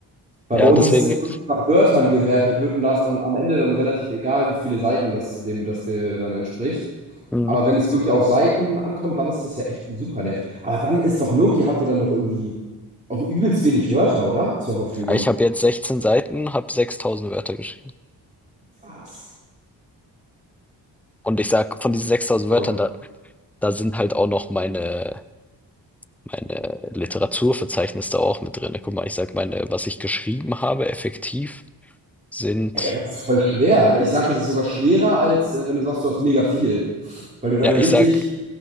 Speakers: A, on the right; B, in the centre.
A: Weil
B: ja,
A: bei uns
B: deswegen,
A: ist ja nur nach Wörtern gewertet wird und da ist an, am Ende dann relativ egal, wie viele Seiten das dem, das dir dann entspricht.
B: mm,
A: Aber wenn es wirklich auf Seiten ankommt, dann ist das ja echt super nervig. Aber dann ist doch Loki, habt ihr dann doch irgendwie auch übelst wenig Wörter, oder? Zur Verfügung.
B: ich habe jetzt 16 Seiten, habe 6000 Wörter geschrieben.
A: Was?
B: Und ich sag, von diesen 6000
A: Verrückt.
B: Wörtern, da, da sind halt auch noch meine meine Literaturverzeichnis da auch mit drin. Guck mal, ich sag meine was ich geschrieben habe effektiv sind
A: Ey, das ist voll schwer. Ich sag, das ist sogar schwerer, als äh, wenn du sagst, du hast mega viel. Weil du dann
B: ja,
A: ja
B: ich
A: richtig,
B: sag,